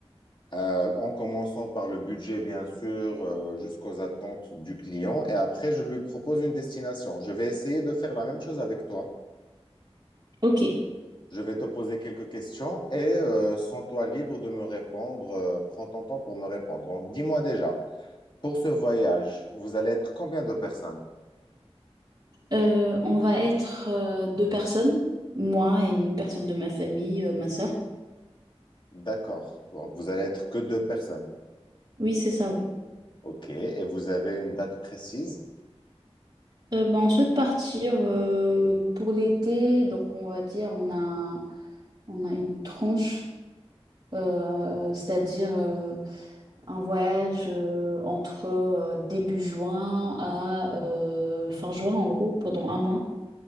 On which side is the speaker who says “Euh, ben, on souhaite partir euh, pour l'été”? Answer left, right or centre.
Right